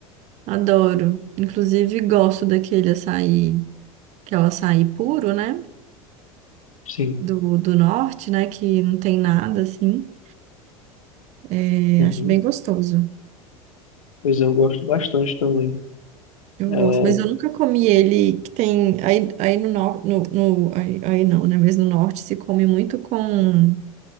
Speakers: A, on the right; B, on the left.
A: Adoro. Inclusive, gosto daquele açaí, que é o açaí puro, né?
B: Sim.
A: do, do norte, né? Que não tem nada assim. É,
B: Uhum.
A: acho bem gostoso.
B: Pois é, eu gosto bastante também.
A: Eu
B: É,
A: gosto. Mas eu nunca comi ele que tem. Aí, aí no norte. No, no- aí, aí não, né? Mas no norte se come muito com,